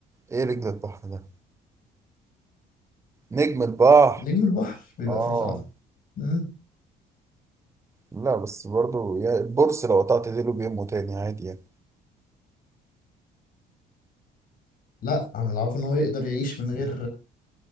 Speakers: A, on the right (about 15°); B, on the left (about 60°).
A: ايه رجل البحر ده نجم البحر
B: نجم البحر بيبقى
A: اه
B: في العب مم.
A: لا بس برضو يعني البرص لو قطعت ديله بينمو تاني عادي يعني
B: لا انا اللي اعرفه ان هو يقدر يعيش من غير